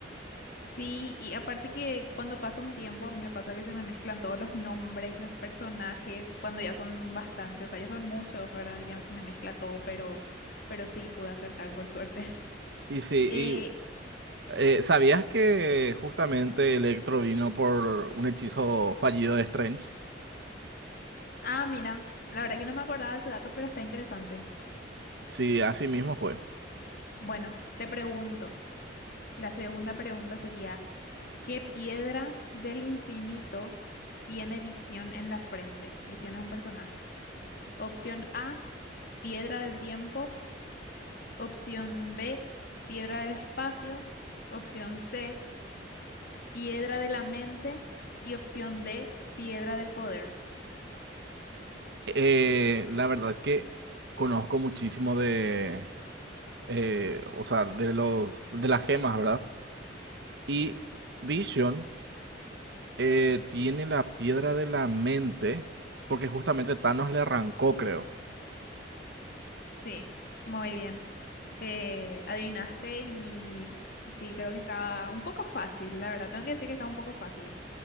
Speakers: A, on the left (about 55°); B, on the right (about 65°).
A: Sí, y aparte que cuando pasa un tiempo, a mí me pasa que se me mezclan todos los nombres, los personajes, cuando ya son bastantes, o sea, ya son muchos, ¿verdad? Ya se me mezcla todo, pero, pero sí pude acertar por suerte. <laughs>
B: Y sí,
A: Eh,
B: y eh, ¿sabías que justamente Electro vino por un hechizo fallido de Strange?
A: ah, mira, la verdad que no me acordaba de ese dato, pero está interesante.
B: Sí, así mismo fue.
A: Bueno, te pregunto, la segunda pregunta sería... ¿Qué piedra del infinito tiene visión en la frente? Visión es un personaje. Opción A, piedra del tiempo. Opción B, piedra del espacio. Opción C, piedra de la mente. Y opción D, piedra del poder.
B: Eh, la verdad que conozco muchísimo de eh, o sea, de los, de las gemas, ¿verdad? Y Vision eh, tiene la piedra de la mente, porque justamente Thanos le arrancó, creo.
A: Sí, muy bien. Eh, adivinaste y sí, creo que estaba un poco fácil, la verdad. Tengo que decir que estaba un poco fácil.